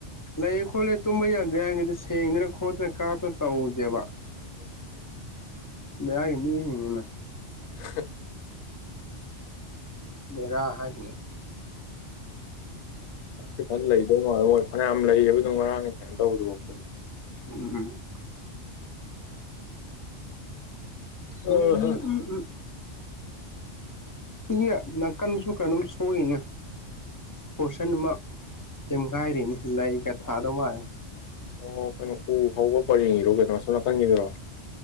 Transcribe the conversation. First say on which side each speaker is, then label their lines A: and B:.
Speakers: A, on the left (about 25°); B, on the left (about 70°).
A: ꯂꯩꯌꯦ ꯈꯣꯠꯂꯦ ꯇꯨꯝꯕ ꯌꯥꯗꯦ ꯒꯤꯗꯤ ꯁꯦꯡꯗꯅ ꯈꯣꯠꯇꯅ ꯀꯥꯞꯅ ꯇꯧꯗꯦꯕ
B: ꯎꯝ
A: ꯂ ꯀ ꯃꯤ ꯍꯅꯤꯅ
B: ꯍ
A: ꯃꯦꯗꯥ ꯑꯍꯥꯏ ꯍꯅ
B: ꯐꯠꯇꯦ ꯐꯅ ꯂꯩꯗꯧ ꯃꯥꯜ ꯃꯣꯏ ꯐꯅꯌꯥꯝ ꯂꯩꯌꯦꯕ ꯑꯗꯨꯝ ꯉꯔꯥꯡꯅ ꯀꯩꯅꯣ ꯇꯧꯕꯗꯨꯕꯣꯛꯇ
A: ꯎꯝ ꯎꯝ <inaudible>
B: ꯑꯍ
A: ꯁꯤꯒꯤ ꯅꯥꯀꯟꯁꯨ ꯀꯩꯅꯣꯝ ꯁꯣꯛꯏꯅꯦ ꯐꯣꯔꯁꯟ ꯑꯃ ꯇꯦꯝꯒꯥꯏꯔꯤꯅꯤ ꯂꯩꯒ ꯊꯥꯗꯧ ꯃꯥꯜꯂꯦ
B: ꯑꯣ ꯀꯩꯅꯣ ꯎ ꯍꯧꯕ ꯄꯔꯦꯡꯒꯤꯔꯣ ꯀꯩꯅꯣ ꯁꯣꯝ ꯅꯥꯀꯟꯒꯤꯗꯨꯔꯣ